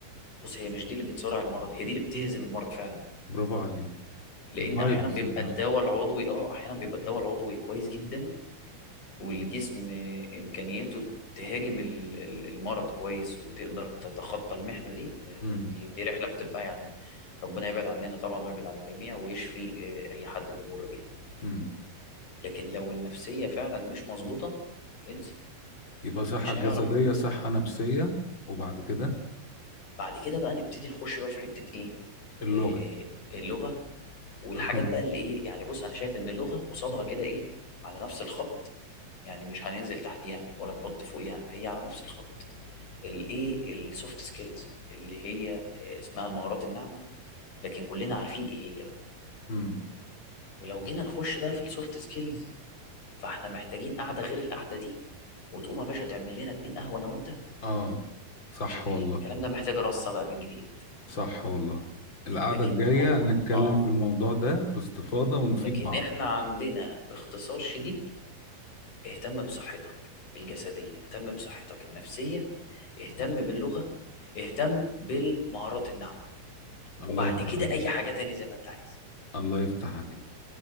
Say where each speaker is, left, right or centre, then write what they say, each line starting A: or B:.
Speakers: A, on the left (about 50°); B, on the left (about 30°).
A: بص هي مش دي اللي بتسرع المرض هي دي اللي بتهزم المرض فعلا
B: برافو عليك
A: لان
B: الفيروس
A: احيانا بيبقى
B: ذات نفسه
A: الدواء العضوي اه احيانا بيبقى الدواء العضوي كويس جدا والجسم إمكانيته تهاجم ال- ال- المرض كويس وتقدر تتخطى المحنة دي إن
B: امم
A: دي دي رحلة بتبقى يعني ربنا يبعد عننا طبعا ويبعد عن الجميع ويشفي آه، أي حد بيمر بيها
B: امم
A: لكن لو النفسية فعلا مش مظبوطة انسى
B: يبقى صحة
A: مش
B: جسدية
A: هيعرف يقوم
B: صحة نفسية وبعد كده
A: بعد كده بقى نبتدي نخش بقى في حتة إيه
B: اللغة
A: آه، آه، اللغة والحاجات
B: رقم
A: بقى اللي إيه يعني بص أنا شايف إن اللغة قصادها كده إيه على نفس الخط يعني مش هننزل تحتيها ولا نحط فوقيها هي على نفس الخط الايه السوفت سكيلز اللي هي آه، اسمها المهارات الناعمه لكن كلنا عارفين ايه هي بقى
B: امم
A: ولو جينا نخش بقى في السوفت سكيلز فاحنا محتاجين قعده غير القعده دي وتقوم يا باشا تعمل لنا اتنين قهوه انا وانت
B: اه صح
A: عشان
B: والله
A: الكلام ده محتاج رصه بقى من جديد
B: صح والله القعدة
A: لكن
B: الجاية
A: هو
B: نتكلم
A: اه
B: في الموضوع ده باستفاضة ونفيد
A: لكن
B: بعض
A: احنا عندنا باختصار شديد اهتم بصحتك الجسديه اهتم بصحتك النفسيه اهتم باللغه اهتم بالمهارات الناعمه
B: الله
A: وبعد
B: يفتح
A: كده
B: عليك
A: اي حاجه تاني زي ما انت عايز
B: الله يفتح عليك